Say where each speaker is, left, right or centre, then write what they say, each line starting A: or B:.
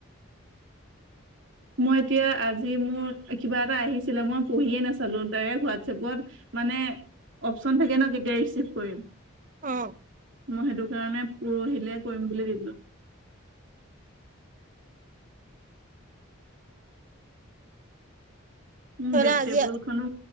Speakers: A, on the right (about 60°); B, on the right (about 40°).
A: মই এতিয়া, আজি মোৰ, কিবা এটা আহিছ ছিলে মই পঢ়িয়ে নাচালো, ডাইৰে্ট হোৱাটছএপত মানে অপচন থাকে ন কেতিয়া ৰিচিভ কৰিম?
B: অ'।
A: মই সেইটো কাৰণে পৰহিলে কৰিম বুলি দিলোঁ। মোৰ
B: তাৰমানে
A: বেড
B: আজি
A: টেবুল খনো